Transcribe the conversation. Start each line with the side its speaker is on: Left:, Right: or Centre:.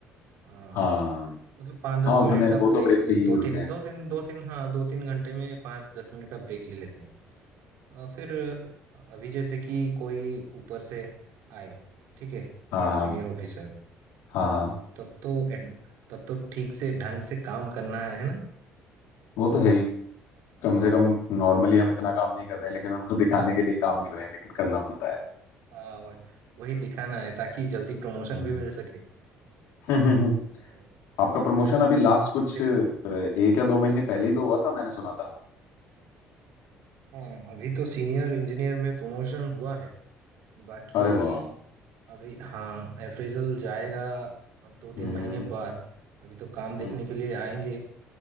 Right: अ,
Left: हाँ
Right: मतलब पाँच दस
Left: हाँ उतने
Right: मिनट का
Left: वो
Right: ब्रेक
Left: तो ब्रेक चाहिए ही
Right: दो
Left: होते
Right: तीन
Left: हैं
Right: दो तीन दो तीन हाँ दो तीन घंटे में पाँच दस मिनट का ब्रेक ले लेते हैं अ, फिर अ, अभी जैसे कि कोई ऊपर से आए ठीक है
Left: हाँ हाँ
Right: सीनियर ऑफिसर
Left: हाँ हाँ
Right: तब तो तब तो ठीक से ढंग से काम करना है ना
Left: वो तो है ही कम से कम नॉर्मली हम इतना काम नहीं कर रहे हैं लेकिन उनको दिखाने के लिए काम कर रहे हैं लेकिन करना पड़ता है
Right: अ, वही दिखाना है ताकि जल्दी प्रमोशन
Left: हम्म
Right: भी मिल सके
Left: <laughs>
Right: और
Left: आपका प्रमोशन अभी लास्ट कुछ
Right: ऐसे
Left: अ, एक या दो महीने पहले ही तो हुआ था मैंने सुना था
Right: हाँ अभी तो सीनियर इंजीनियर में प्रमोशन हुआ है बाकी
Left: अरे वाह
Right: अभी हाँ अप्रेजल जाएगा दो
Left: हम्म
Right: तीन महीने
Left: हम्म,
Right: बाद अभी तो काम देखने
Left: हम्म।
Right: के लिए आएंगे